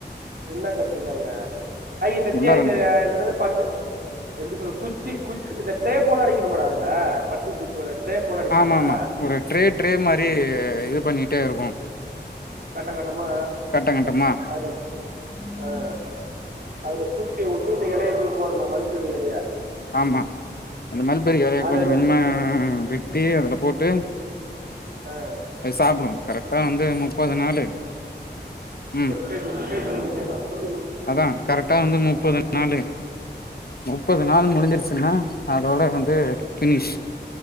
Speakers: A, on the right; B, on the left.
A: என்ன கட்டிருக்காங்க ஐ இந்த
B: உள்ளார
A: இந்த
B: அந்த
A: இதுலந்து பட்டு செண்டுக்குள்ள குச்சி குச்சி இந்த ட்ரே போல அடிக்கணுமாடா அதுல பட்டு பூச்சியோட ட்ரே போல அடிப்பாங்களா
B: ஆமா ஆமா ஒரு ட்ரே ட்ரே மாரி இது பண்ணிட்டே இருக்கு
A: கட்டங்கட்டமா
B: கட்ட கட்டமா
A: அதுல ஆ அதுல பூச்சிய விட்டு இந்த எலைய போய் போடணு மண்கவி எலைய
B: ஆமா அந்த மல்பெரி எலைய
A: அதான்
B: கொஞ்ச கொஞ்சமா வெட்டி அதுல போட்டு
A: ஆ,
B: அது சாப்டு கரெக்டா வந்து முப்பது நாள் ம்
A: பேச பேச சொல்லி கேட்டா சொல்லி முடிஞ்ச்சி
B: அதா கரெக்டா வந்து முப்பது நாளு முப்பது நாள் முடிஞ்சிருச்சுன்னா அதோட வந்து பினிஷ்